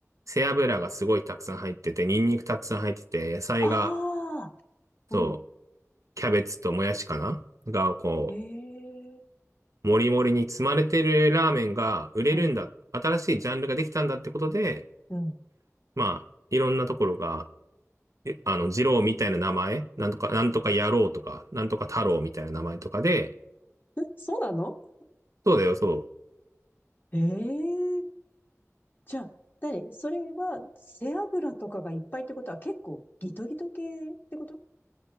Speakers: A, on the right; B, on the left.
A: 背脂がすごいたくさん入ってて、ニンニクたくさん入ってて、野菜が、
B: ああ、
A: そう、
B: うん。
A: キャベツともやしかなが、こ
B: ええ
A: う、もりもりに積まれてるラーメンが売れるんだ。
B: うん、
A: 新しいジャンルができたんだってことで、
B: うん。
A: まあ、いろんなところが、えあの、二郎みたいな名前、なんとか、なんとか野郎とか、なんとか太郎みたいな名前とかで、
B: え、そうなの
A: そうだよ、そう。
B: ええじゃあ、何それは背脂とかがいっぱいってことは結構ギトギト系ってこと